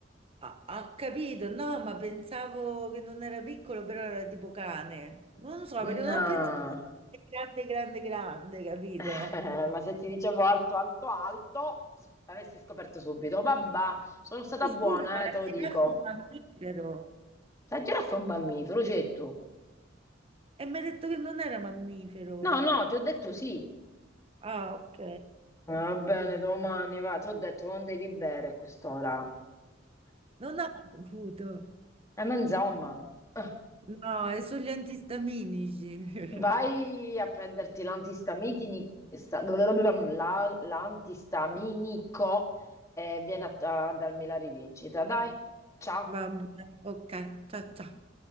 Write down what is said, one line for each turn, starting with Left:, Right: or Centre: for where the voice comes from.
Right: Ha, ha capito, no, ma pensavo che non era piccolo, però era tipo cane. Non lo so,
Left: No.
Right: perché non ho pensato che grande, grande, grande, capito?
Left: <laughs> Eh, Ma se ti dicevo alto, alto, alto, l'avessi scoperto subito. Vabbè, sono
Right: <laughs>
Left: stata
Right: Ma
Left: buona,
Right: Scusa, ma la
Left: eh, te lo
Right: giraffa
Left: dico.
Right: è un mammifero.
Left: La giraffa è un mammifero, c'è tu.
Right: E mi ha detto che non era mammifero.
Left: No, no, ti ho detto sì.
Right: Ah, ok.
Left: Va bene, domani va. Ti ho detto non devi bere a quest'ora.
Right: Non ho saputo.
Left: Eh, ma insomma, eh,
Right: No, è sugli antistaminici. <laughs>
Left: vai a prenderti l'antistaminico, sta- la- l'antistaminico e vieni a a darmi la rivincita. Dai, ciao.
Right: Vabbè, ok, ciao ciao.